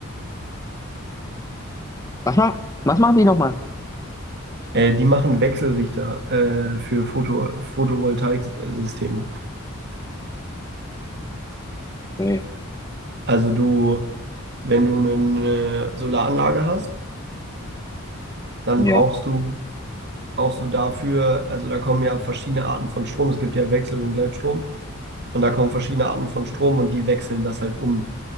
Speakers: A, on the left; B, on the right.
A: Was macht, was machen die nochmal?
B: Äh, die machen Wechselrichter äh, für Photo Photovoltaiksysteme.
A: Okay.
B: Also du, wenn du eine Solaranlage hast, dann
A: Ja.
B: brauchst du, brauchst du dafür, also da kommen ja verschiedene Arten von Strom. Es gibt ja Wechsel- und Gleitstrom. Und da kommen verschiedene Arten von Strom und die wechseln das halt um,